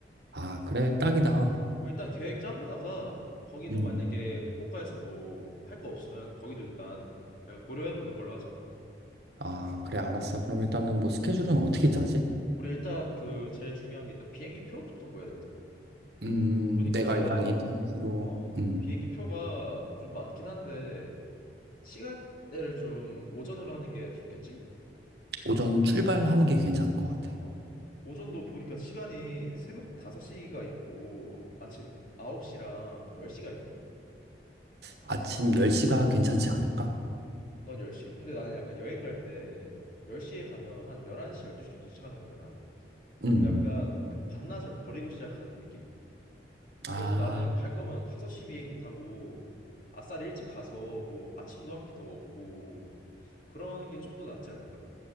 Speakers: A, on the right; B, on the left.
A: 아, 그래, 딱이다.
B: 어. 그럼 일단 계획 짜보다가 거기도
A: 음.
B: 만약에 후쿠오카에서 뭐 할 거 없으면 거기도 일단 약간 고려해 보는 걸로 하자.
A: 아, 그래, 알았어. 그럼 일단은 뭐 스케줄은 어떻게 짜지?
B: 우리 일단 그 제일 중요한 게 일단 비행기 표부터 구해야 되거든.
A: 음,
B: 보니까
A: 내가 일단 인터넷으로,
B: 어
A: 음,
B: 비행기 표가 좀 많긴 한데 시간대를 좀 오전으로 하는 게 좋겠지?
A: 오전 출발하는 게 괜찮을 것 같아.
B: 어. 오전도 보니까 시간이 새벽 5시가 있고 아침 9시랑 10시가 있거든.
A: 아침 10시가 괜찮지 않을까?
B: 넌 10시? 근데 나는 약간 여행 갈 때 10시에 가면 한 11시, 12시쯤 도착하는 거잖아.
A: 음.
B: 그럼 약간, 약간 반나절 버리고 시작하는 느낌?
A: 아,
B: 그래서 나는 갈 거면 5시 비행기 타고 아싸리 일찍 가서 뭐 아침도 한 끼 더 먹고 그러는 게 좀 더 낫지 않을까?